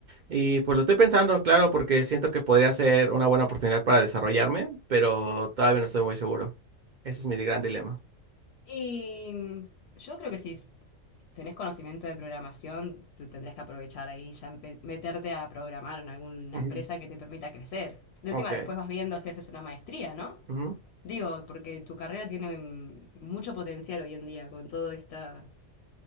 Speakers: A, on the right; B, on the left.
A: Y pues lo estoy pensando, claro, porque siento que podría ser una buena oportunidad para desarrollarme, pero todavía no estoy muy seguro. Ese es mi gran dilema.
B: Y mm, yo creo que si tenés conocimiento de programación, te tendrías que aprovechar ahí, ya empe- meterte a programar en alguna
A: Ujú.
B: empresa que te permita crecer. De
A: Ok.
B: última, después vas viendo si haces una maestría, ¿no?
A: Ujú,
B: Digo, porque tu carrera tiene mm, mucho potencial hoy en día con todo esta,